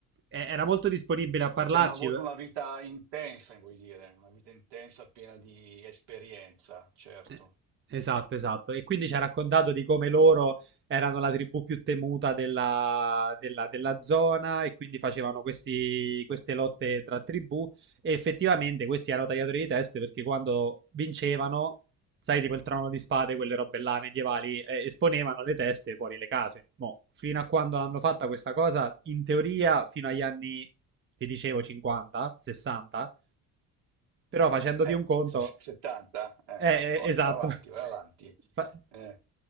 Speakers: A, on the right; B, on the right.
A: e- era molto disponibile a parlarci,
B: Che hanno avuto una vita intensa, vuoi dire, una vita intensa piena di esperienza, certo.
A: Eh, Esatto, esatto. E quindi ci ha raccontato di come loro erano la tribù più temuta della, della- della zona e quindi facevano questi- queste lotte tra tribù e effettivamente questi erano tagliatori di teste perché quando vincevano, sai, tipo il trono di spade, quelle robe là medievali, eh, esponevano le teste fuori le case. Mo, fino a quando l'hanno fatta questa cosa, in teoria fino agli anni, ti dicevo, 50, 60, però facendoti
B: Eh,
A: un conto
B: se- se- 70? Eh,
A: eh,
B: poi
A: eh, esatto.
B: vai avanti, vai avanti.
A: Fa-
B: Eh,